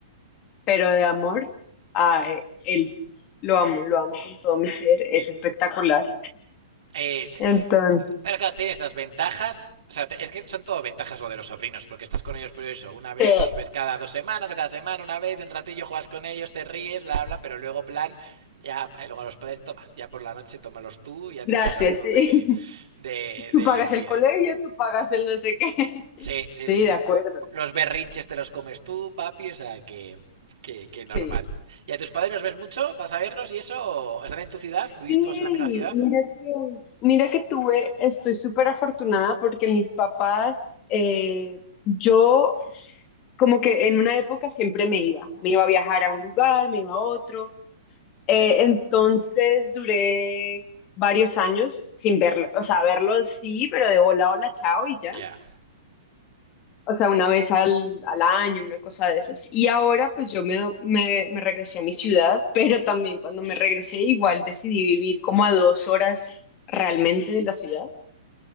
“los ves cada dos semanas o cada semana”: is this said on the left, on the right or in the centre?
Right